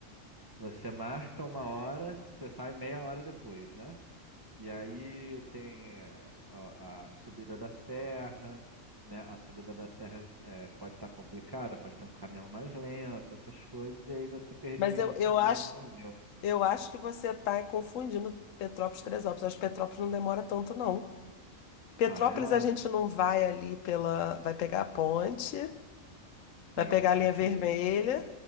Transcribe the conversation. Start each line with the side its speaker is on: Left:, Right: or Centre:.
Right: você marca uma hora, você sai meia hora depois, né? E aí tem é, a, a subida da serra, né? A subida da serra é, pode estar complicada, pode ter um caminhão mais lento, essas coisas, e aí você perdeu
Left: Mas
Right: o iniciozinho
Left: eu, eu acho,
Right: do museu.
Left: eu acho que você está confundindo Petrópolis e Teresópolis. Eu acho que Petrópolis não demora tanto, não. Petrópolis
Right: Ah, é?
Left: a gente não vai ali pela. Vai pegar a ponte,
Right: Pega
Left: vai pegar
Right: a ponte,
Left: a linha vermelha,
Right: isso.